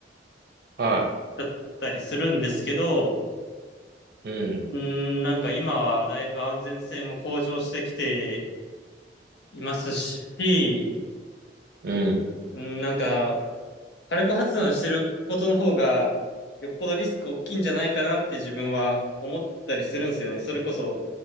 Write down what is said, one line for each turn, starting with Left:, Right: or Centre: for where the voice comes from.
Right: は
Left: だったりするんですけど、
Right: い。うん、
Left: うーん、なんか今はだいぶ安全性も向上してきていますし、
Right: うん、
Left: うん、なんか火力発電してることの方が、よっぽどリスク大きいんじゃないかなって自分は思ったりするんですよね。それこそ、